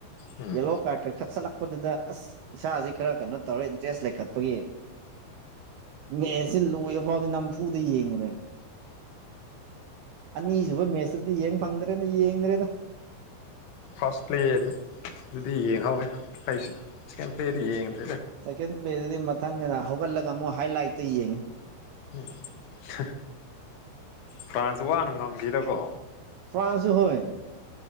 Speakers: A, on the left; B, on the right.
A: ꯎꯝ
B: ꯌꯦꯂꯣ ꯀꯥꯔꯠꯀ ꯈꯠꯆꯜꯂꯛꯄꯗꯨꯗ ꯑꯁ ꯏꯁꯥꯁꯦ ꯈꯔ ꯀꯩꯅꯣ ꯇꯧꯔ ꯏꯟꯇꯔꯦꯁ ꯂꯩꯈꯠꯄꯒꯤ ꯃꯦꯁꯁꯦ ꯂꯣꯏꯕ ꯐꯥꯎꯗꯤ ꯅꯝꯐꯨꯗ ꯌꯦꯡꯉꯨꯔꯦ ꯑꯅꯤꯁꯨꯕ ꯃꯦꯠꯁꯇꯨꯗꯤ ꯌꯦꯡ ꯐꯪꯗ꯭ꯔꯦꯗ ꯌꯦꯡꯗ꯭ꯔꯦꯗ
A: ꯐꯥꯔꯁ ꯄ꯭ꯂꯦꯗꯨ ꯑꯗꯨꯗꯤ ꯌꯦꯡꯍꯧꯋꯦ ꯑꯩꯁꯨ ꯁꯦꯀꯦꯟ ꯄ꯭ꯂꯦꯗꯤ ꯌꯦꯡꯗ‌ꯦ
B: ꯁꯦꯀꯦꯟ ꯄ꯭ꯂꯦꯗꯨꯗꯤ ꯃꯊꯪ ꯍꯧꯒꯠꯂꯒ ꯑꯃꯨꯛ ꯍꯥꯏꯂꯥꯏꯠꯇ ꯌꯦꯡꯉꯤ
A: ꯎꯝ ꯐ꯭ꯔꯥꯟꯁ ꯋꯥꯅ ꯉꯝꯒꯤꯗꯀꯣ
B: ꯐ꯭ꯔꯥꯟꯁꯨ ꯍꫭꯏ